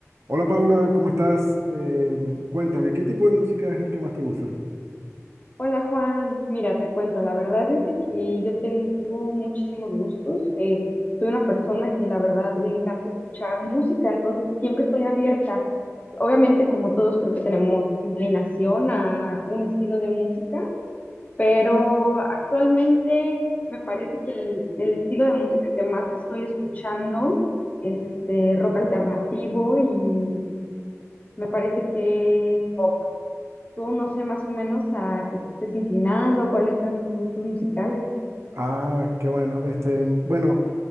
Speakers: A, on the right; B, on the left.
A: Hola Paula, ¿cómo estás? Em, cuéntame, ¿qué tipo de música es el que más te gusta?
B: Hola Juan, mira, te cuento, la verdad es de que yo tengo muchísimos gustos. eh, soy una persona que la verdad le encanta escuchar música, entonces siempre estoy abierta. Obviamente, como todos, creo que tenemos inclinación a un estilo de música, pero actualmente me parece que el, el estilo de música que más estoy escuchando es este rock alternativo y me parece que pop. Tú no sé más o menos a qué te estés inclinando, cuáles sean tus gustos musicales.
A: Ah, qué bueno. Este, bueno,